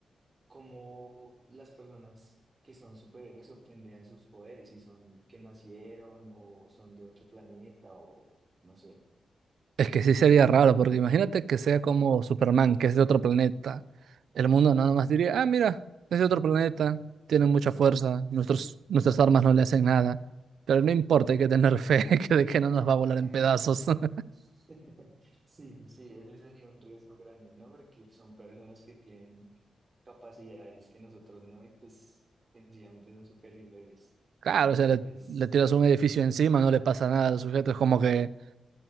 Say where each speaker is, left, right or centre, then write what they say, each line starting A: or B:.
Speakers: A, on the right (about 40°); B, on the right (about 80°).
A: cómo las personas que son superhéroes obtendrían sus poderes, si son que nacieron o son de otro planeta o no sé.
B: Es que sí sería raro, porque imagínate que sea como Superman, que es de otro planeta. El mundo nada más diría, ah, mira, es de otro planeta, tiene mucha fuerza, nuestros, nuestras armas no le hacen nada. Pero no importa, hay que tener fe <laughs> que de que no nos va a volar en
A: <laughs>
B: pedazos. <laughs>
A: Sí, sí, ese sería un riesgo grande, ¿no? Porque son personas que tienen capacidades que nosotros no y pues sencillamente son superhéroes.
B: Claro,
A: Entonces,
B: o sea, le, le tiras un edificio encima, no le pasa nada al sujeto, es como que